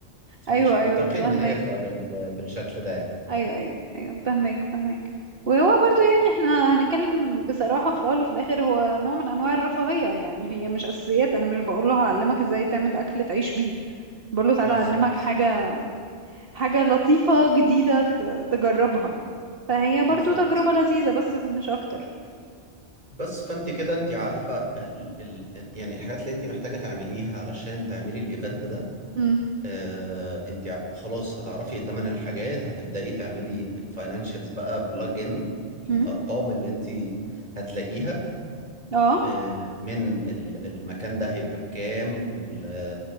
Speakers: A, on the right; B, on the right.
A: فمش
B: ايوه
A: منطقي
B: ايوه فاهمك
A: ان هي تبقى بال... بالشكل ده يعني.
B: ايوه ايوه ايوه فهمك فهمك وهو برضو يعني احنا هنتكلم بصراحة في الاول وفي الاخر هو نوع من انواع الرفاهية يعني هي مش اساسيات انا مش بقول له هعلمك ازاي تعمل اكل تعيش بيه بقول له تعالى
A: بالظبط
B: اعلمك حاجة حاجة لطيفة جديدة ت- تجربها يعني فهي برضو
A: بالظبط
B: تجربة لذيذة بس مش اكتر
A: بس فانت كده انت عارفه ال ال ال- يعني الحاجات اللي انت محتاجه تعمليها علشان تعملي الايفنت ده
B: امم
A: آه انت ع- خلاص هتعرفي تمن الحاجات هتبداي تعملي الفاينانشالز بقى بلج ان الارقام
B: امم
A: اللي انت هتلاقيها
B: اه
A: آه من ال- المكان ده هيبقى بكام وال